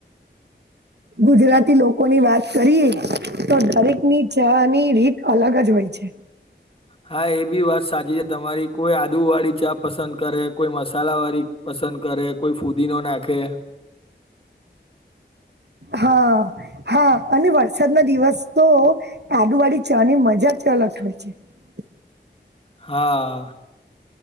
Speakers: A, on the right (about 65°); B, on the left (about 30°).
A: ગુજરાતી લોકો ની વાત કરીએ. તો દરેક ની ચની રીત અલગ જ હોય છે.
B: હા એ બી વાત સાચી છે, તમારી કોઈ આદુ વાળી ચા પસંદ કરે કોઈ મસાલા વાળી. પસંદ કરે કોઈ ફૂદી <unintelligible> નાખે.
A: હા હા અને વરસાદ ના દિવસ તો આદુવાળી ચની મજા <unintelligible> <unintelligible>
B: હા.